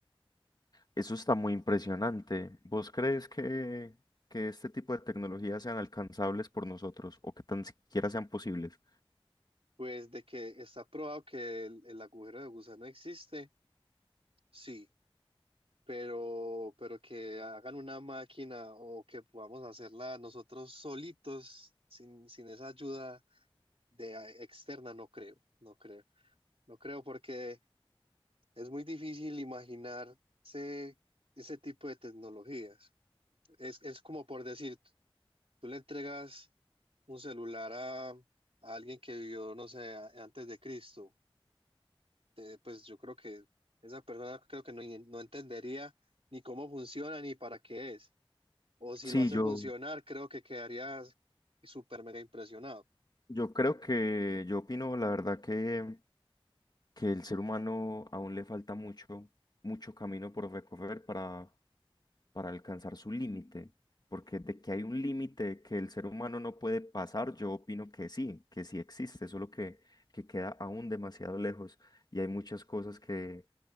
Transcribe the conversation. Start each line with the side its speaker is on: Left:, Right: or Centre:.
Left: Eso está muy impresionante. ¿Vos crees que, que este tipo de tecnologías sean alcanzables por nosotros o que tan siquiera sean posibles?
Right: Pues de que está probado que el, el agujero de gusano existe, sí, pero, pero que hagan una máquina o que podamos hacerla nosotros solitos sin, sin esa ayuda de a- externa no creo, no creo, no creo porque es muy difícil imaginarse ese tipo de tecnologías. Es, es como por decir, tú le entregas un celular a, a alguien que vivió, no sé, a- antes de Cristo, te- pues yo creo que esa persona creo que no, no entendería ni cómo funciona ni para qué es. O si
Left: Sí,
Right: lo hace
Left: yo.
Right: funcionar, creo que quedaría súper mega impresionado.
Left: Yo creo que, yo opino la verdad que, que el ser humano aún le falta mucho, mucho camino por recorrer para, para alcanzar su límite, porque de que hay un límite que el ser humano no puede pasar, yo opino que sí, que sí existe, solo que, que queda aún demasiado lejos y hay muchas cosas que,